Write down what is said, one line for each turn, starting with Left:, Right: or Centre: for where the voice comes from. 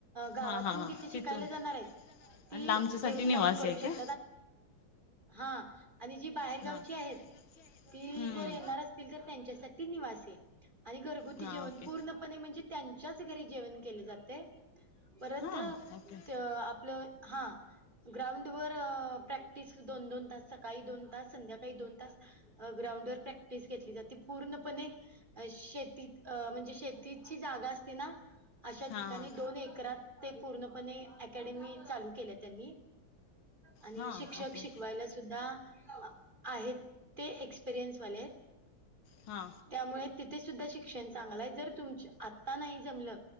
Right: गावातून
Left: हा हा हा
Right: तिथे शिकायला
Left: तिथून
Right: जाणार आहेत ती
Left: आणि लांबच्यासाठी
Right: येऊन
Left: निवासी
Right: जाऊन करू
Left: आहे
Right: शक
Left: काय?
Right: हं आणि जी बाहेरगावची
Left: हा
Right: आहेत
Left: आहेत
Right: ती,
Left: हम्म.
Right: जर येणार असतील. असेल तर त्यांच्यासाठी निवास आणि घरगुती
Left: हा
Right: जेवण
Left: ओके.
Right: पूर्ण म्हणजे त्यांच्याच घरी जेवण केले जातंय पण परत,
Left: हा ओके
Right: आपलं हा ग्राउंडवर प्रॅक्टिस दोन दोन तास, सकाळी दोन तास संध्याकाळी दोन तास. अं.. ग्राउंड वर प्रॅक्टिस घेतली जाते पूर्णपणे. अं.. शेतीत अ म्हणजे शेतीची जागा असते ना. अशा
Left: हा
Right: ठिकाणी दोन एकरात ते, पूर्णपणे अकॅडमी चालू केल्या त्यांनी. आणि
Left: हा
Right: शिक्षक
Left: ओके.
Right: शिकवायला सुद्धा आहेत ते, एक्सपिरियन्सवाले आहेत.
Left: हा
Right: त्यामुळे तिथे सुद्धा शिक्षण चांगलंय जर, तुमच आता नाही जमलं.